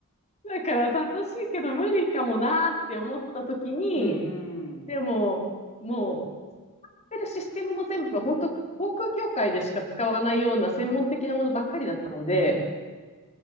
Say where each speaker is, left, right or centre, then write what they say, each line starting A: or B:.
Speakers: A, on the left; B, on the left.
A: だから楽しいけど無理かもなーって思った時に、
B: うんうん。
A: でも、もう、やってるシステムも全部本当航空業界でしか使わないような専門的なものばっかりだったんで、